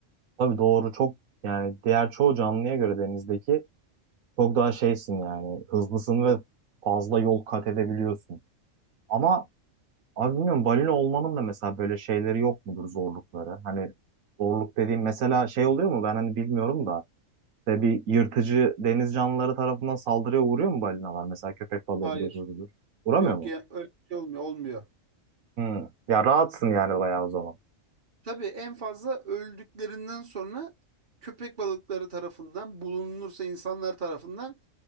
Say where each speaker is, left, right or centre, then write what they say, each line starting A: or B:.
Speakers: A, on the right (about 80°); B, on the right (about 40°).
A: Tabii doğru çok yani diğer çoğu canlıya göre denizdeki çok daha şeysin yani hızlısın ve fazla yol kat edebiliyorsun. Ama abi bilmiyorum balina olmanın da mesela böyle şeyleri yok mudur zorlukları? Hani zorluk dediğim mesela şey oluyor mu ben hani bilmiyorum da işte bir yırtıcı deniz canlıları tarafından saldırıya uğruyor mu balinalar? Mesela köpek balığıdır,
B: Hayır.
A: öbürüdür. Uğramıyor
B: Yok
A: mu?
B: ya öyle bir şey olmuyor. Olmuyor.
A: Hmm. Ya rahatsın yani bayağı o zaman.
B: Tabii en fazla öldüklerinden sonra köpek balıkları tarafından bulunursa insanlar tarafından